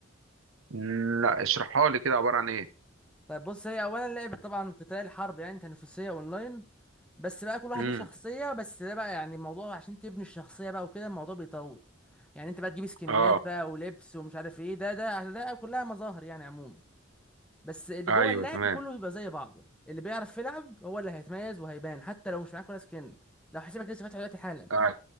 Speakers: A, on the right; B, in the centre.
A: مم، لا اشرحها لي كده عبارة عن ايه
B: طيب بص هي اولا لعبه طبعا قتال حرب يعني تنافسيه اونلاين بس بقى كل واحد
A: امم
B: ليه شخصيه بس ده بقى يعني الموضوع عشان تبني الشخصيه بقى وكده الموضوع بيطول يعني انت بقى تجيب سكنات
A: اه
B: بقى ولبس ومش عارف ايه ده ده ده كلها مظاهر يعني عموما بس اللي
A: ايوه
B: جوه اللعب
A: تمام
B: كله بيبقى زي بعضه اللي بيعرف يلعب هو اللي هيتميز وهيبان حتى لو مش معاك ولا سكن لو حسابك لسه فاتح دلوقتي حالا
A: اه